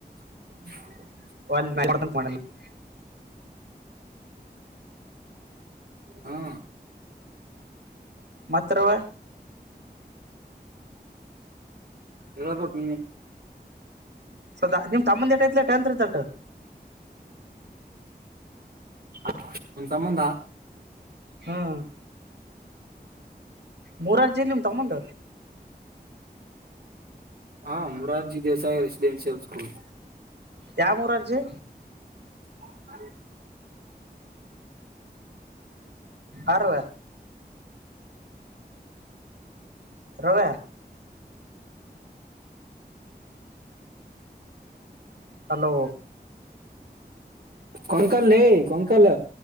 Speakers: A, on the right (about 65°); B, on the right (about 85°).
A: <inaudible>
B: ಒನ್ <unintelligible>
A: ಹಾ
B: ಮಾತ್ರವ
A: ಹೇಳಬೇಕ ನೀ
B: ಸದಾ ನಿಮ್ ತಮ್ಮಂದ ಏಟ್ಟ ಐತಿಲೆ ಟೆಂತ್ ರಿಸಲ್ಟ್
A: ಹಾ ನಿಮ್ಮ ತಮ್ಮಂದಾ
B: ಹ್ಮ್. ಮುರಾರ್ಜಿ ಇಲ್ಲ ನಿಮ್ಮ ತಮ್ಮಂದ
A: ಹ ಮುರಾರ್ಜಿ ದಸಾಯ ರೆಸಿಡೆನ್ಸಿಯಲ್ ಸ್ಕೂಲ್.
B: ಯಾ ಮುರಾರ್ಜಿ.
A: <inaudible>
B: ಆರವ ರವೆ ಹಲೋ.
A: ಕಂಕಲ್ ಲೆ ಕಂಕಲ್